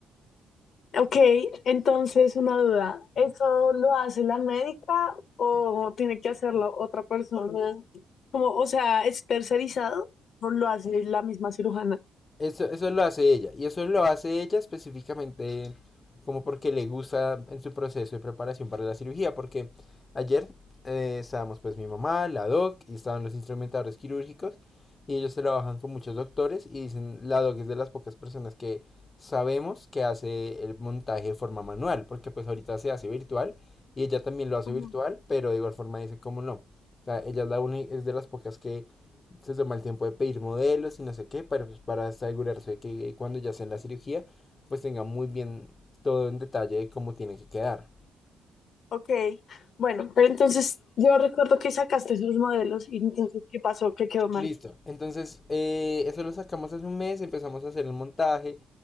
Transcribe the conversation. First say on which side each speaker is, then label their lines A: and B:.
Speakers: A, on the left (about 60°); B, on the left (about 30°).
A: Ok, entonces una duda, ¿eso lo hace la médica o tiene que hacerlo otra persona? Como, o sea, ¿es tercerizado o lo hace la misma cirujana?
B: Eso, eso lo hace ella. Y eso lo hace ella específicamente como porque le gusta en su proceso de preparación para la cirugía. Porque ayer eh, estábamos pues mi mamá, la doc y estaban los instrumentadores quirúrgicos. Y ellos trabajan con muchos doctores y dicen, la doc es de las pocas personas que sabemos que hace el montaje de forma manual. Porque pues ahorita se hace virtual y ella también lo hace
A: Ujú.
B: virtual, pero de igual forma dice, ¿cómo no? O sea, ella es, la uni- es de las pocas que se toma el tiempo de pedir modelos y no sé qué, para, pues, para asegurarse de que cuando ya sea en la cirugía, pues tenga muy bien todo en detalle de cómo tiene que quedar.
A: Ok, bueno, pero entonces yo recuerdo que sacaste esos modelos y entonces, ¿qué pasó? ¿Qué quedó mal?
B: Listo, entonces eh, eso lo sacamos hace un mes, empezamos a hacer el montaje